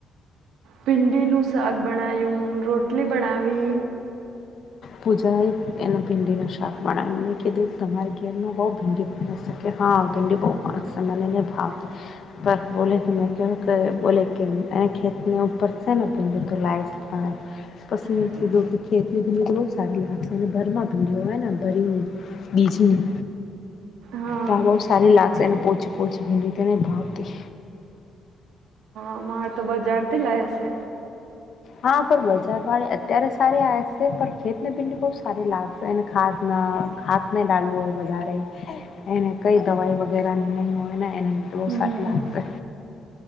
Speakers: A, on the right; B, on the left.
A: ભીંડીનું શાક બનાાયું રોટલી બનાવી.
B: પુજા એ એને ભીંડીનું શાક બણાયુ મે કીધું તમારી ઘેરમાં બહું ભીંડી કે હા ભિંડી બહું <unintelligible> મને નહીં <unintelligible> પર બોલે કે મેં <unintelligible> કે બોલે કે એને ખેતને ઉપર છે ને <unintelligible> <unintelligible>
A: હમ,
B: સારી લાગશે અને ભર માં ભીંડઓ હોય ને ભરીને બીજની
A: હા
B: કાલ બઉ સારી લાગશે એને પોછું પોચું તને ભાવતી
A: અમાર તો બજાર થી લાએ શે
B: હા પણ બજાર વાળી અત્યારે સારી આવે છે પણ ખેતને બિલને બહું સારી લાવે એને ખાતના ખાતને ડાલવું હોય વધારે એને કઈ દવાઈ વગેરેની નહીં હોય ને એને બહુ
A: હમ
B: સારી લાગશે.